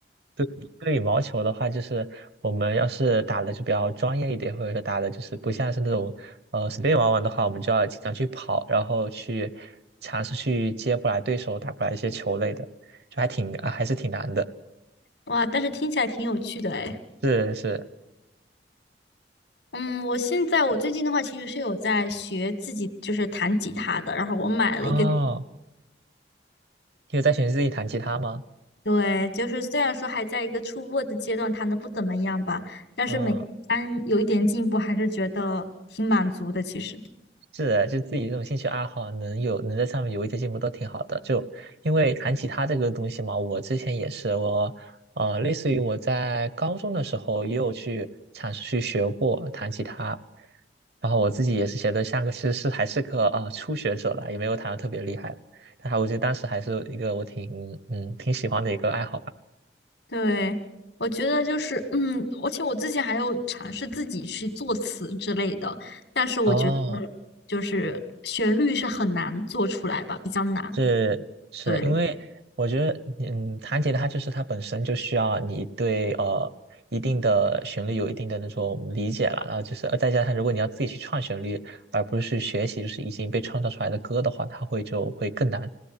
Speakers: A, on the right (about 65°); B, on the left (about 80°).
A: 对，对羽毛球的话，就是我们要是打的就比较专业一点，或者说打的就是不像是那种呃随便玩玩的话，我们就要经常去跑，然后去尝试去接过来对手打过来一些球类的，就还挺啊还是挺难的。
B: 哇，但是听起来挺有趣的哎。
A: 是是，
B: 嗯，我现在我最近的话，其实是有在学自己就是弹吉他的，然后我买了一个
A: 哦，你有在学自己弹吉他吗？
B: 对，就是虽然说还在一个初步的阶段，弹的不怎么样吧，但是每单有一点进步，
A: 啊、
B: 还是觉得挺满足的。其实，
A: 是的，就自己这种兴趣爱好能有能在上面有一些进步都挺好的。就因为弹吉他这个东西嘛，我之前也是我，呃，类似于我在高中的时候也有去尝试去学过弹吉他，然后我自己也是学的像个其实是还是个啊、呃初学者了，也没有弹的特别厉害，但还我觉得当时还是一个我挺嗯挺喜欢的一个爱好吧。
B: 对，我觉得就是，嗯，而且我之前还有尝试自己去作词之类的，但是我觉得
A: 哦，
B: 就是旋律是很难做出来吧，比较难。
A: 是是因为我觉得，
B: 对
A: 嗯，弹吉他就是它本身就需要你对呃一定的旋律有一定的那种理解了，然后就是呃再加上如果你要自己去创旋律，而不是去学习就是已经被创造出来的歌的话，它会就会更难，